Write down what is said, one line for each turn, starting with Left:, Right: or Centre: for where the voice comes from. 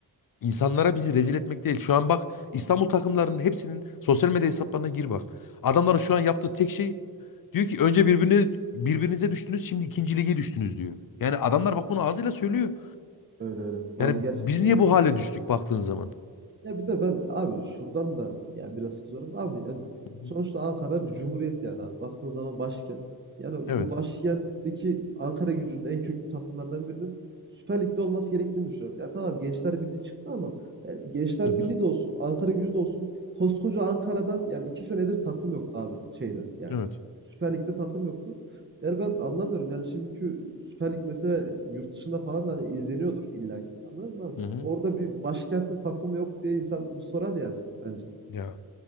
Left: insanlara bizi rezil etmek değil. Şu an bak İstanbul takımlarının hepsinin sosyal medya hesaplarına gir bak. Adamların şu an yaptığı tek şey diyor ki önce birbirine birbirinize düştünüz şimdi ikinci lige düştünüz diyor. Yani adamlar bak bunu ağzıyla söylüyor.
Right: Öyle öyle. Vallahi
Left: Yani
Right: gerçekten
Left: biz niye
Right: öyle. Çok
Left: bu hale düştük baktığın zaman?
Right: Ya bir de ben abi şuradan da ya biraz kızıyorum. Abi ya
Left: Hı hı.
Right: sonuçta Ankara bir cumhuriyet yani abi. Baktığın zaman başkent. Yani
Left: Evet.
Right: bu başkentteki Ankara gücünün en köklü takımlardan birinin Süper Lig'de olması gerektiğini düşünüyorum. Ya tamam Gençler Birliği çıktı ama ya Gençler
Left: Hı hı.
Right: Birliği de olsun, Ankara gücü de olsun. Koskoca Ankara'dan yani iki senedir takım yoktu abi şeyde yani.
Left: Evet.
Right: Süper Lig'de takım yoktu. Yani ben anlamıyorum. Yani şimdiki Süper Lig mesela yurt dışında falan da hani izleniyordur illaki. Anladın mı abi?
Left: Hı hı.
Right: Orada bir başkentin takımı yok diye insan bir sorar yani bence.
Left: Ya